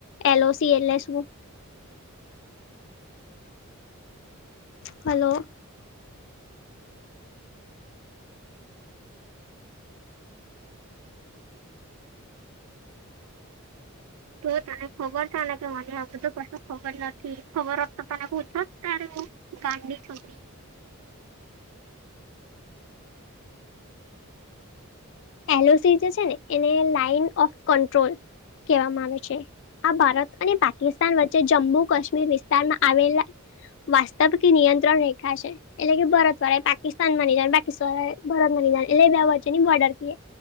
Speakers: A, on the left; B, on the right.
A: એલ ઓસી એલે શું હલો
B: તો તને ખબર છે ને કે મને આ બધું કશુ ખબર નથી ખબર હોત તો તને પૂછો જ ત્યારે એવું ગાડી છોરી
A: એલોસી જે છે ને એને લાઈન ઓફ કંટ્રોલ કહેવામાં આવે છે આ ભારત અને પાકિસ્તાન વચ્ચે જમ્મુ કાશ્મીર વિસ્તારમાં આવેલા વાસ્તવ કે નિયંત્રણ રેખા છે એટલે કે ભરત વડા એ પાકિસ્તાન વાની જાયે પાકિસ્તાન વડા એ ભારત બની જાયે એટલે એ વચ્ચે ની બર્ડર કે.